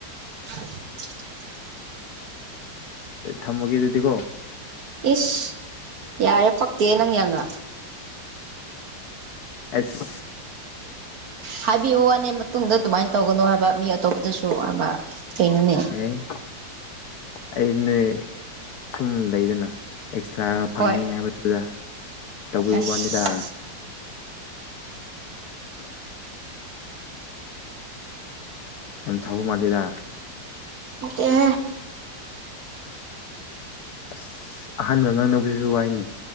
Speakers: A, on the right; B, on the left.
A: <unintelligible>
B: ꯊꯝꯃꯒꯦ ꯑꯗꯨꯗꯤꯀꯣ
A: ꯏꯁ ꯌꯥꯑ ꯄ ꯇꯅꯉ
B: ꯑꯁ
A: ꯍꯥꯏꯕꯤꯌꯨ ꯋꯥꯅꯦ ꯃꯇꯨꯡꯗ ꯑꯗꯨꯃꯥꯏꯅ ꯇꯧꯒꯅꯨ ꯍꯥꯏꯕ ꯃꯤ ꯑꯇꯣꯞꯄꯗꯁꯨ ꯍꯥꯏꯕ ꯀꯩꯅꯣꯅꯦ
B: ꯑꯩ ꯑꯩ ꯅꯣꯏ ꯁꯨꯝ ꯂꯩꯗꯅ ꯑꯦꯛꯁꯇ꯭ꯔꯥꯒ ꯐꯪꯉꯤ
A: ꯍꯣꯏ
B: ꯍꯥꯏꯕꯗꯨꯗ ꯇꯧꯕꯤꯕ
A: ꯑꯁ
B: ꯋꯥꯅꯤꯗ <unintelligible> ꯑ ꯊꯕ ꯃꯥꯜꯂꯤꯦꯗ
A: ꯠꯇ
B: ꯑꯁ ꯑꯍꯟꯒ ꯉꯥꯡꯅꯕꯁꯤꯁꯨ ꯋꯥꯏꯅꯤ